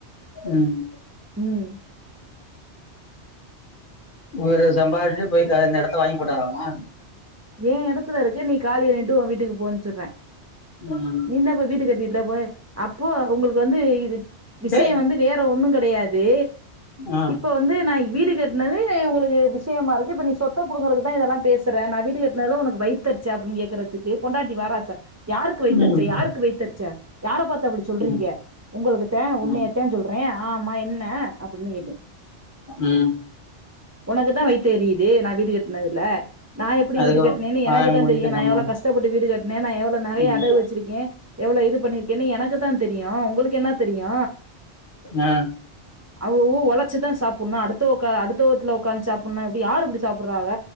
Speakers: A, on the left; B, on the right.
A: ம்
B: உம்
A: இவுரு சம்பாரிச்சி போய் அந்த எடத்த வாங்கி போட்டாராம
B: ஏ எடத்துல இருக்கே நீ காலி பண்ணிட்டு உ வீட்டுக்கு போனு சொல்ற
A: ம்
B: நீனாப்ப வீடு கட்டி இல்ல போய அப்போ உங்களுக்கு வந்து இது விஷய
A: டேய்
B: வந்து வேற ஒண்ணு கெடையாது
A: ஆ
B: இப்ப வந்து நா வீடு கட்டினது உங்களுக்கு விஷயமா இருக்கு இப்ப நீ சொத்த புடுங்கறக்குதா இதெல்லா பேசுற நா வீட் அப்ப உனக்கு வைத்தெரிச்ச அப்டின்னு கேக்குறதுக்கு பொண்டாட்டி வாராச யாருக்கு வைத்தெருச்ச
A: ம்
B: யாருக்கு வைத்தெருச்ச யார பாத்த அப்டி சொல்றீங்க
A: ம்
B: உங்களுக்குத்தே உன்னையத்தே
A: ம்
B: சொல்றே ஆமா என்ன அப்டின்னு கேட்டே
A: ம்
B: உனக்கு தா வைத்தேரியுது நா வீடு கட்டினதுல எப்டி
A: அதுக்கு
B: வீடு கட்டினான்னு
A: வாய
B: எனக்கு தா
A: மூடிட்டு
B: தெரியு நா
A: கம்முனு
B: எவ்ளோ கஷ்டப்பட்டு வீடு கட்டின நா எவ்வளவு நகைய
A: ம்
B: அடகு வச்சிருக்கே எவ்ளோ இது பண்ணி இருக்க எனக்கு தா தெரியு உங்களுக்கு என்ன தெரியு
A: ஆ
B: அவு வு ஒலக ழைச்சு தா சாப்ஸ் ன்னா அடுத்த உக் அடுத்த <unintelligible> உக்காந்து சாப்பிடனுன்னா எப்டி யார் அப்டி சாப்பிடறாங்க